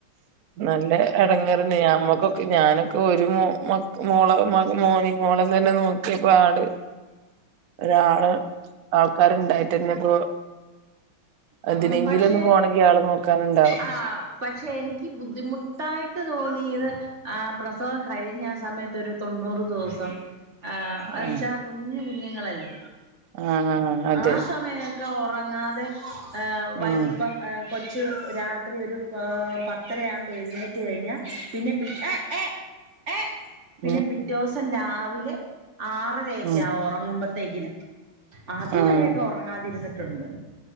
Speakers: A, on the right; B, on the right.
A: നല്ല ഇടങ്ങറന്നെ നമ്മക്കൊക്കെ ഞാനൊക്കെ ഒരു മോള മോനി മോളം തന്നെ നോക്കിയപ്പോ ആട്
B: ഉ <unintelligible>
A: ഒരാള് ആൾക്കാരുണ്ടായിട്ടന്ന ഇപ്പോ എന്തിനെങ്കിലും
B: ഉം പക്ഷെ
A: ഒന്ന പോണമെങ്കിൽ ആയാള് നോക്കാനുണ്ടാവും
B: ആ പക്ഷെ എനിക്ക് ബുദ്ധിമുട്ടായിട്ട് തോന്നിയത് ആ പ്രസവം കഴിഞ്ഞ ആ സമയത്ത് ഒരു തൊണ്ണൂറ് ദിവസം ആ അച്ചാ
A: ആഹ്
B: കുഞ്ഞ് കുഞ്ഞുങ്ങളല്ലേ
A: ആഹ് അതെ
B: ആ സമയ ക്ക ഒറങ്ങാതെ ഏഹ് വൈ
A: ഉം
B: ഇപ്പം ഏഹ് കൊച്ചു രാത്രി ഒരു പത്തരയാവുമ്പോ എഴുന്നേറ്റ് കഴിഞ്ഞാൽ പിന്നെ പി ഏയ്‌ ഏയ്‌ ഏയ്‌ പിന്നെ
A: ഉം
B: പിറ്റേദിവസം രാവിലെ ആറരെയൊക്കെ
A: ഉം
B: ആവും ഒറങ്ങുമ്പോത്തേക്കിന്. അതുവരെയൊക്കെ
A: ആഹ്
B: ഒറങ്ങാതിരുന്നിട്ടുണ്ട്.